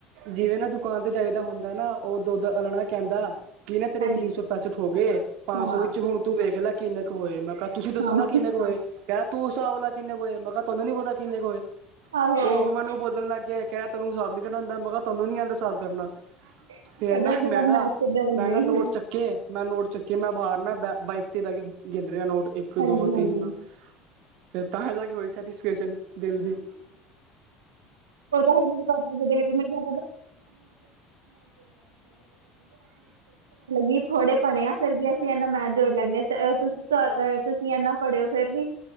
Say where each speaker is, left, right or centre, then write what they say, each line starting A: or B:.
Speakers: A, on the right (about 55°); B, on the right (about 75°).
A: ਜਿਵੇਂ ਨਾ ਦੁਕਾਨ ਤੇ ਜਾਈਦਾ ਹੁੰਦਾ ਨਾ, ਓ ਦੋਧ ਆਲਾ ਨਾ ਕੈਂਦਾ। ਕਿ ਨਾ ਤੇਰੇ
B: ਹਾਂਜੀ
A: ਤਿੰਨ ਸੋ ਪੈਸਂਠ ਹੋਗੇ, ਪਾੰਸੋ
B: ਹਾਂ
A: ਵਿੱਚ ਹੁਣ ਤੂੰ ਵੇਖ ਲੇ ਕਿੰਨੇ ਕੁ ਹੋਏ, ਮੈਂ ਕਾ ਤੁਸੀਂ ਦੱਸੋ
B: ਹਾਂ ਆਹੋ
A: ਨਾ ਕਿੰਨੇ ਕੁ ਹੋਏ, ਕੈ ਤੂੰ ਹਿਸਾਬ ਲਾ ਕਿਨੇ ਕੁ ਹੋਏ, ਮੈਂ ਕਾ ਤਾਨੂੰ ਨੀ ਪਤਾ ਕਿੰਨੇ ਕੁ ਹੋਏ।
B: ਆਹੋ
A: ਓ ਮੈਨੂੰ ਬੋਲਨ ਲੱਗ ਗੇਆ ਕੈਆ ਤੈਨੂੰ ਸਾੱਬ ਨੀ ਦੇਨਾ ਆਂਦਾਂ, ਮੈਂ ਕ ਤਾਨੂੰ ਨੀ ਆਂਦਾ ਸਾਬ ਕਰਨਾ,
B: ਕਦੇ
A: ਫੇਰ ਨਾ
B: ਅਸੀਂ
A: ਮੈਂ
B: ਤਾਂ
A: ਨਾ,
B: ਮੈਥ ਦੇ ਡਰ
A: ਮੈਂ
B: ਗਏ
A: ਨਾ ਨੋਟ
B: ਹਾਂ
A: ਚੱਕੇ ਮੈਂ ਨੋਟ ਚੱਕੇ ਮੈਂ ਬਾਹਰ ਨਾ ਬਾ ਬਾਈਕ ਤੇ ਬੈਕੇ ਗਿਣ ਰੇਆ ਨੋਟ, ਇੱਕ,
B: ਹਾਂਜੀ
A: ਦੋ, ਤਿੰਨ,
B: ਹਾਂਜੀ
A: ਮੈਂ ਫੇਰ ਤਾਂ ਜਾ ਕੇ ਹੋਈ ਸੈਟੀਸਫੈਸ਼ਨ, ਦਿਲ ਦੀ
B: <unintelligible> ਓਥੇ ਮਤਲਬ ਕਿ ਥੋੜੇ ਪੜੇ ਆ ਫੇਰ ਵੀ ਅਸੀ ਐਨਾ ਮੈਥ ਜੋੜ ਲੈਂਨੇ ਆ, ਅ ਤੁਸੀ <unintelligible> ਤੁਸੀ ਐਨਾ ਪੜੇ ਓ ਫੇਰ ਵੀ,